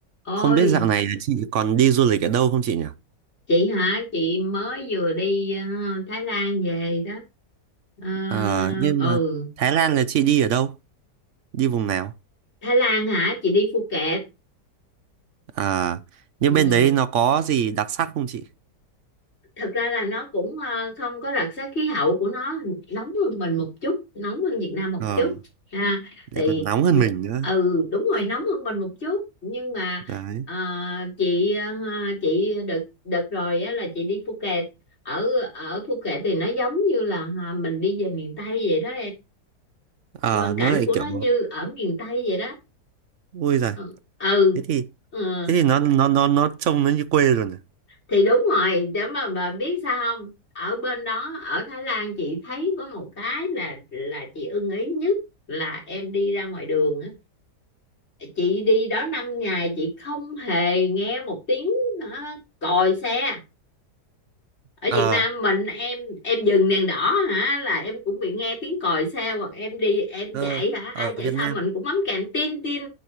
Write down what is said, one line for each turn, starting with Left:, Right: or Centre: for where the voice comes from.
Left: Ôi,
Right: Không biết dạo này là chị còn đi du lịch ở đâu không chị nhỉ?
Left: chị hả? Chị mới vừa đi ờ, Thái Lan về đó. Ờ,
Right: Ờ, nhưng
Left: ừ,
Right: mà Thái Lan là chị đi ở đâu? Đi vùng nào?
Left: Thái Lan hả? Chị đi Phuket
Right: À, nhưng
Left: Ừ,
Right: bên đấy nó có gì đặc sắc không chị?
Left: thật ra là nó cũng ờ, không có đặc sắc khí hậu của nó nóng hơn mình một chút, nóng hơn Việt Nam một
Right: Ờ,
Left: chút. Ha,
Right: lại
Left: thì
Right: còn nóng hơn
Left: ừ
Right: mình nữa.
Left: ừ, đúng rồi nóng hơn mình một chút nhưng mà
Right: Đấy.
Left: ờ, chị ờ, chị đợt đợt rồi á, là chị đi Phuket ở ở Phuket thì nó giống như là à, mình đi về miền Tây vậy đó
Right: Ờ,
Left: quang
Right: nó
Left: cảnh
Right: lại
Left: của
Right: kiểu
Left: nó như ở miền Tây vậy đó
Right: ui giời.
Left: ừ, ừ.
Right: Thế thì
Left: Ờ,
Right: thế thì nó nó nó nó trông nó như quê rồi nè.
Left: thì đúng rồi để mà mà biết sao không ở bên đó ở Thái Lan chị thấy có một cái là là chị ưng ý nhất là em đi ra ngoài đường á chị đi đó 5 ngày chị không hề nghe một tiếng hả, còi xe ở
Right: Ờ,
Left: Việt Nam mình em em dừng đèn đỏ hả là em cũng bị nghe tiếng còi xe hoặc em đi em
Right: ờ,
Left: chạy hả ai
Right: ở
Left: chạy
Right: Việt
Left: sau
Right: Nam.
Left: mình cũng bấm kèn tin tin